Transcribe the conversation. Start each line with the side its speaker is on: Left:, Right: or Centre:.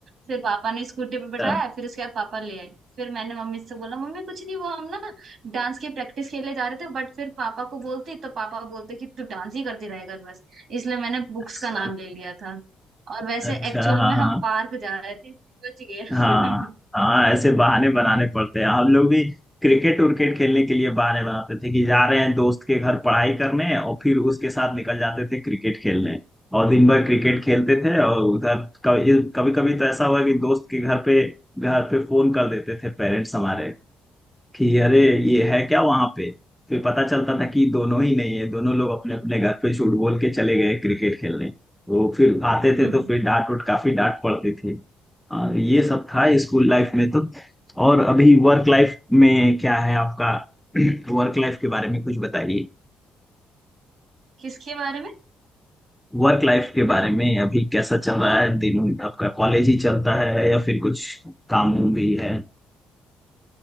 Right: फिर पापा ने स्कूटी
Centre: अच्छा
Right: पे बैठाया फिर उसके बाद पापा ले आए फिर मैंने मम्मी से बोला मम्मी कुछ नहीं वो हम ना डांस की प्रैक्टिस के लिए जा रहे थे बट फिर पापा को बोलती तो पापा बोलते कि तू डांस ही करती रहेगा बस इसलिए मैंने बुक्स
Centre: अच्छा
Right: का नाम ले लिया था और वैसे
Centre: अच्छा
Right: एक्चुअल
Centre: हाँ
Right: में हम
Centre: हाँ
Right: पार्क जा रहे थे बच गए
Centre: हाँ
Right: <laughs>
Centre: हाँ ऐसे बहाने बनाने पड़ते हैं हम लोग भी क्रिकेट उर्केट खेलने के लिए बहाने बनाते थे कि जा रहे हैं दोस्त के घर पढ़ाई करने और फिर उसके साथ निकल जाते थे क्रिकेट खेलने और दिन भर क्रिकेट खेलते थे और उधर कभी कभी तो ऐसा हुआ कि दोस्त के घर पे घर पे फोन कर देते थे पेरेंट्स हमारे कि अरे ये है क्या वहां पे फिर पता चलता था कि दोनों ही नहीं है दोनों लोग अपने अपने घर पे झूठ बोल के चले गए क्रिकेट खेलने तो फिर आते थे
Right: हम्म।
Centre: तो फिर डांट उट काफी डांट पड़ती थी हाँ, ये सब था स्कूल लाइफ में तो और अभी वर्क लाइफ में क्या है आपका <clears throat> वर्क लाइफ के बारे में कुछ बताइए
Right: किसके बारे में
Centre: वर्क लाइफ के बारे में अभी कैसा चल रहा है दिन आपका कॉलेज ही चलता है या फिर कुछ काम वाम भी है